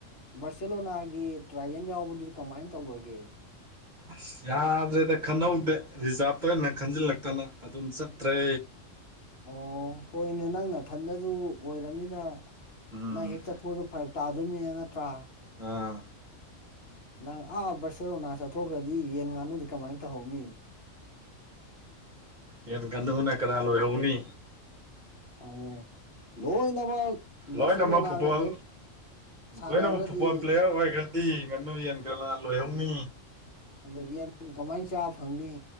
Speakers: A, on the left (about 50°); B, on the right (about 40°).
A: ꯕꯥꯔꯁꯦꯂꯣꯅꯥꯒꯤ ꯇ꯭ꯔꯥꯌꯦꯟ ꯌꯥꯎꯕꯗꯨꯗꯤ ꯀꯃꯥꯏꯅ ꯇꯧꯈ꯭ꯔꯒꯦ
B: ꯑꯁ ꯌꯥꯗ꯭ꯔꯦꯗ ꯈꯟꯅꯍꯧꯗꯦ ꯔꯤꯖꯥꯕꯇ ꯑꯣꯏꯅ ꯈꯟꯖꯤꯜꯂꯛꯇꯅ ꯑꯗꯨꯝ ꯆꯠꯇ꯭ꯔꯦ
A: ꯑꯣ ꯍꯣꯏꯅꯦ ꯅꯪ ꯅꯊꯟꯗꯁꯨ ꯑꯣꯏꯔꯕꯅꯤꯅ
B: ꯎꯝ
A: ꯅꯪ ꯍꯦꯛ ꯆꯠꯊꯣꯛꯑꯁꯨ ꯐꯔꯛ ꯇꯥꯗꯣꯏꯅꯤꯅꯦ ꯅꯠꯇ꯭ꯔꯥ
B: ꯑꯥ
A: ꯅꯪ ꯑꯥ ꯕꯔꯁꯦꯂꯣꯅꯥ ꯆꯠꯊꯣꯛꯈ꯭ꯔꯗꯤ ꯌꯦꯟ ꯉꯥꯅꯨꯗꯤ ꯀꯃꯥꯏꯅ ꯇꯧꯍꯧꯅꯤ
B: ꯌꯦꯟ ꯉꯥꯅꯨꯅ ꯀꯅꯥꯥ ꯂꯣꯏꯍꯧꯎꯅꯤ
A: ꯃꯥꯅꯦ ꯂꯣꯏꯅꯃꯛ ꯕꯥꯔꯁꯦꯂꯣꯅꯥꯒ
B: ꯂꯣꯏꯅꯃꯛ ꯐꯨꯠꯕꯜ
A: ꯔꯦꯟ ꯁꯥꯟꯅꯈ꯭ꯔꯗꯤ
B: ꯂꯣꯏꯅꯃꯛ ꯐꯨꯠꯕꯣꯜ ꯄ꯭ꯂꯦꯌꯔ ꯑꯣꯏꯈ꯭ꯔꯗꯤ ꯉꯥꯅꯨ ꯌꯦꯟꯗꯤ ꯀꯅꯥ ꯂꯣꯏꯍꯧꯅꯤ
A: ꯑꯗꯒꯤ ꯀꯃꯥꯏꯅ ꯆꯥꯕ ꯐꯪꯅꯤ